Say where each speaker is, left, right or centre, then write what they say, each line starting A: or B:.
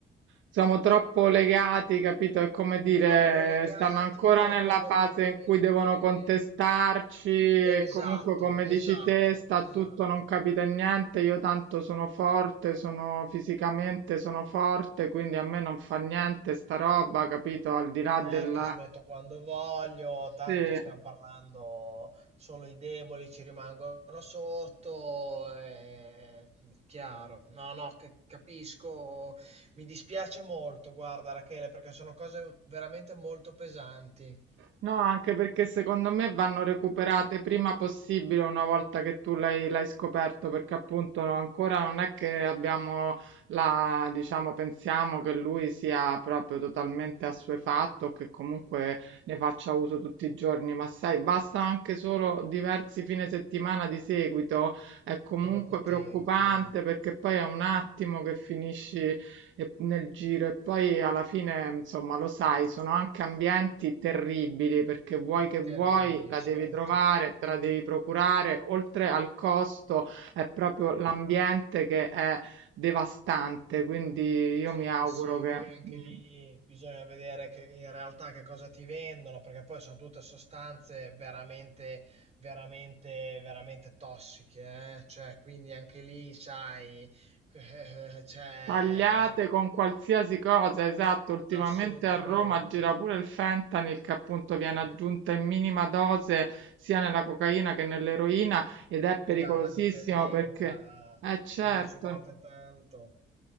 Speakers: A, on the right; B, on the right.
A: siamo troppo legati, capito? È come dire,
B: troppo legati,
A: stanno ancora
B: troppo
A: nella
B: emotivamente.
A: fase in cui devono contestarci e
B: Esatto,
A: comunque, come
B: esatto,
A: dici te, sta
B: esatto.
A: tutto, non capita niente. Io tanto sono forte, sono fisicamente, sono forte, quindi a me non fa niente sta roba, capito? Al di là
B: Certo,
A: del...
B: smetto quando voglio, tanto
A: Sì.
B: stiamo parlando solo i deboli ci rimangono sotto, è chiaro. No, no, che- capisco, mi dispiace molto, guarda Rachele, perché sono cose veramente molto pesanti,
A: No, anche perché secondo me vanno recuperate prima possibile una volta che tu l'hai l'hai scoperto, perché appunto no- ancora non è che abbiamo la, diciamo, pensiamo che lui sia proprio totalmente assuefatto, che comunque ne faccia uso tutti i giorni, ma sai, basta anche solo diversi fine settimana di seguito, è comunque
B: sono potenti,
A: preoccupante
B: eh.
A: perché poi è un attimo che finisci e nel giro e poi alla fine, insomma, lo sai, sono anche ambienti terribili perché vuoi che vuoi,
B: Terribili,
A: la
B: certo.
A: devi trovare, te la devi procurare, oltre al costo è proprio l'ambiente che è devastante, quindi io
B: Sì,
A: mi auguro
B: sì,
A: che...
B: poi anche
A: mm,
B: lì bisogna vedere che in realtà che cosa ti vendono, perché poi sono tutte sostanze veramente, veramente, veramente tossiche, eh. Cioè, quindi anche lì, sai, <laughs> cioè,
A: Tagliate con qualsiasi cosa, esatto, ultimamente
B: assolutamente,
A: a Roma gira pure il fentanyl che appunto viene
B: ecco,
A: aggiunta in minima dose sia nella cocaina che nell'eroina ed è pericolosissimo
B: che dà una dipendenza
A: perché, eh certo,
B: dieci volte tanto.